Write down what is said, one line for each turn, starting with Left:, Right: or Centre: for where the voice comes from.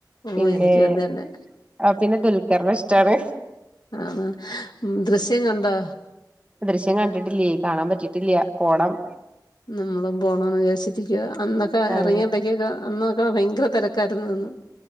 Left: ഓ
Right: പിന്നേ
Left: എനിക്കും അത് തന്നെ
Right: ആ പിന്നെ ദുൽഖറിനെ ഇഷ്ടാണ്
Left: ആണ് ഉം, ദൃശ്യം കണ്ടോ
Right: ദൃശ്യം കണ്ടിട്ടില്ലേ കാണാൻ പറ്റിട്ടില്ല പോണം
Left: നമ്മളും പോണംന്ന് വിചാരിച്ചിരിക്കുവാ അന്നൊക്കെ
Right: ആഹ്
Left: എറങ്ങിയെടക്കൊക്കെ അന്നൊ ഓഹ് ഭയങ്കര തെരക്കായിരുന്നു അന്ന്